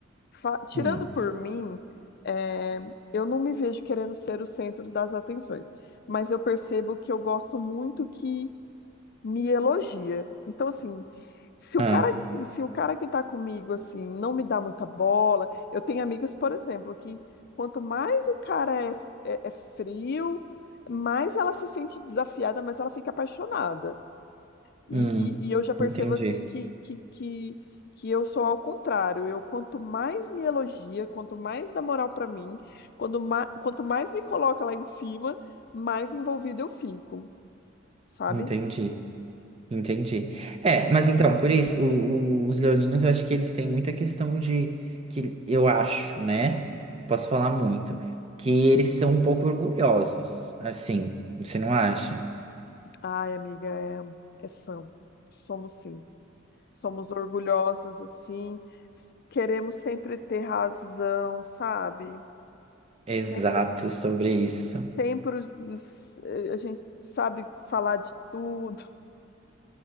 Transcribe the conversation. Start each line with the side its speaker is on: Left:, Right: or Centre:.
Left: Fa- Tirando
Right: Hum.
Left: por mim, é, eu não me vejo querendo ser o centro das atenções, mas eu percebo que eu gosto muito que me elogia. Então, assim, se o
Right: Ah,
Left: cara, se o cara que tá comigo, assim, não me dá muita bola, eu tenho amigos, por exemplo, que quanto mais o cara é, é, é frio, mais ela se sente desafiada, mais ela fica apaixonada. E,
Right: hum.
Left: e, e eu já percebo,
Right: Entendi,
Left: assim, que, que, que, que eu sou ao contrário. Eu, quanto mais me elogia, quanto mais dá moral pra mim, quando ma- quanto mais me coloca lá em cima, mais envolvida eu fico, sabe?
Right: entendi. Entendi. É, mas então, por isso, o- o- os leoninos, eu acho que eles têm muita questão de, que eu acho, né? Não Posso falar muito, que eles são um pouco orgulhosos, assim, você não acha?
Left: Ai, amiga, é, é são. Somos sim. Somos orgulhosos, assim. s- Queremos sempre ter razão, sabe?
Right: Exato,
Left: Sempre,
Right: sobre isso. <laughs>
Left: sempre os- os- eh, a gente sabe falar de tudo.